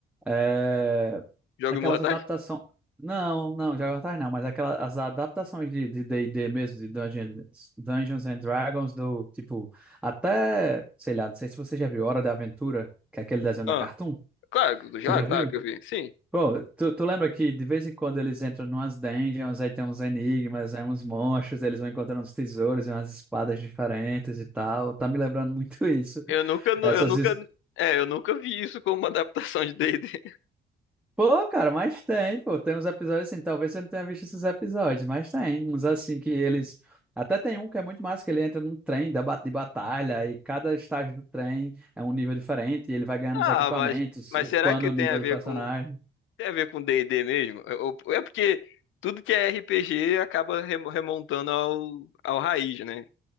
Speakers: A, in the centre; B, on the left.
A: é,
B: Jogos
A: aquelas
B: Mortais?
A: adaptações. Não, não, já atrás não, mas aquelas as adaptações de de D&D mesmo, de Dungeons, Dungeons and Dragons, do tipo, até, sei lá, não sei se você já viu Hora da Aventura, que é aquele desenho
B: Ah,
A: da Cartoon.
B: claro, que- já,
A: Tu já
B: claro
A: viu?
B: que eu vi. Sim.
A: Pô, tu, tu lembra que de vez em quando eles entram numas dungeons, aí tem uns enigmas, aí uns monstros, eles vão encontrando uns tesouros e umas espadas diferentes e tal. Tá me lembrando <laughs> muito isso.
B: Eu nunca, nu-
A: Essas...
B: eu É. nunca,
A: his-
B: é, eu nunca vi isso como uma adaptação de D&D. <laughs>
A: Pô, cara, mas tem, pô, tem uns episódios assim, talvez você não tenha visto esses episódios, mas tem uns assim que eles... Até tem um que é muito massa, que ele entra num trem da ba- de batalha e cada estágio do trem é um nível diferente e ele vai ganhando
B: Ah,
A: os equipamentos,
B: mas, mas
A: upando
B: será que
A: o
B: tem
A: nível
B: a ver
A: do personagem.
B: com, tem a ver com D&D mesmo? Eu- eu- é porque tudo que é RPG acaba remo- remontando ao, ao raiz, né?